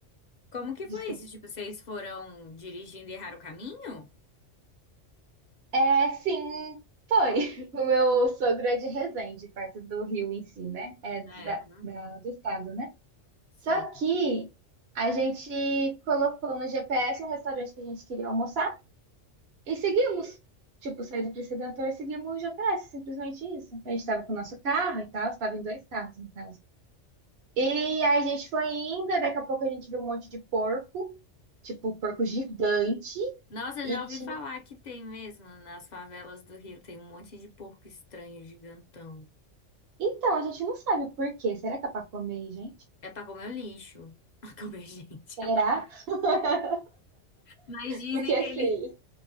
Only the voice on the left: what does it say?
Como que
foi isso? Tipo, vocês foram dirigindo e erraram o caminho?
É, aham,
sim.
Nossa, eu
já ouvi
falar que tem mesmo nas favelas do Rio, tem um monte de porco estranho, gigantão.
É pra comer o lixo. <laughs> Pra comer gente.
<laughs>
Mas dizem
que ele,